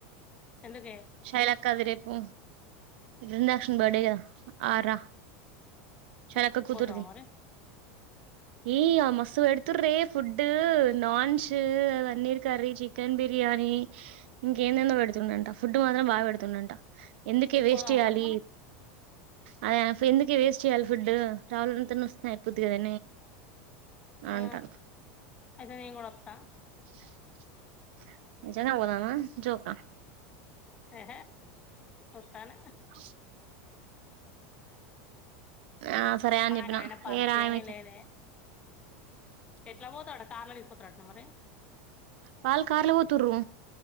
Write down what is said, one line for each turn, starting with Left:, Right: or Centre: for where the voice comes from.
Left: ఎందుకే
Right: శైలా కాదురేపు ఇ నక్న బర్డే ఆరా లక్క కుతురుది
Left: పోతావా మరి
Right: ఏయ ఆ మస్ ఎడుతుర్రే food naans paneer curry chicken biryani ఇంకేందేందో పెడుతుండంట ఫుడ్ మా బాగా పెడుతుండంట ఎందుకే వేస్ట్
Left: పోదామా
Right: చేయాలి
Left: మరి మనం
Right: అదే ఎందుకే వేస్ట్ చేయ్యాలి ఫుడ్ రావలంత స్తు అయిపోద్ది కదా అ
Left: ఆ
Right: ఉంటాను
Left: అయితే కూడాత్తా
Right: వో జనా పోదామా జోకా
Left: హ చన
Right: అ ఆ సరే అని
Left: మనకు
Right: చెప్పినా
Left: ఆయన పరిచయమే
Right: ఏ రాయమైతే
Left: లేదే ఎట్లా పోతాడు కార్ లో తీసుపోతు అంటానా మరి
Right: పాల కార్ల పోతుర్